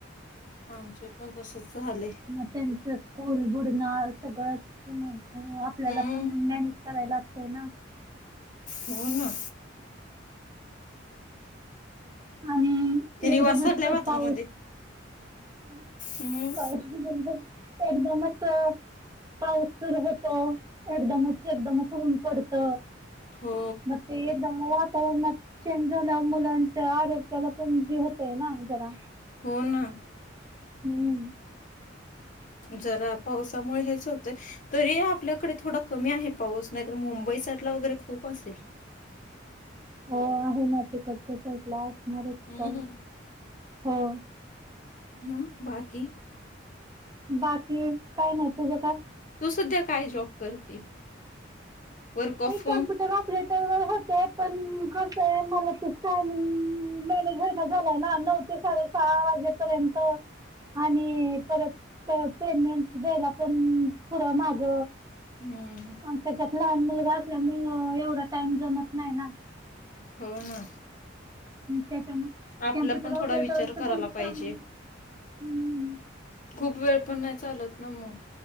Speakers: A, on the left; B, on the right.
A: आमचे पण तसच झाले
B: म तेच कॉल बुडनार. सगळचं मग आपल्याला
A: हम्म
B: पण मॅनेज कराय लागतय ना.
A: हो ना.
B: आणि
A: हे निवास
B: एकदमच
A: साधलाय मात्रामध्ये
B: पाऊस <unintelligible>
A: हम्म
B: एकदमच पाऊस सुरु होतो एकदमच एकदमच ऊन पडत.
A: हो
B: <inaudible> त मग चेंज झाल्या मुलांच्या आरोग्याला पण हे होतय ना जरा
A: हो ना.
B: हम् <inaudible>
A: जरा पावसामुळे हेच होत तरी आपल्याकडे थोडा कमी आहे पाऊस नाही तर मुंबईचा <unintelligible> वगैरे खूप असेल.
B: <unintelligible> हो आहे ना तीकडच्या साईटला असणारच
A: हम्म
B: पाऊस हो.
A: म बाकी?
B: बाकी काही नाही तुझं काय?
A: तू सध्या काय जॉब करते? वर्क ऑफ
B: मी
A: होम
B: कमप्युटर ऑपरेटर वर होते. पण कसं आहे मला ते टायमिंग मॅनेज होणार झालंय ना नऊ ते साडेसात. वाजेपर्यंत आणि परत पेमेंट द्यायला पण पुढं माग.
A: हम्म
B: त्याच्यात लहान मुलगा असल्यामुळे एवढा टाइम जमत नाही ना.
A: हो ना
B: त्याच्यामुळे
A: आपला
B: कम्प्युटर
A: पण
B: ऑपरेटरच
A: थोडा विचार करायला
B: पण
A: पाहिजे
B: चांगला. हम्म
A: खूप वेळ पण नाही चालत ना मग.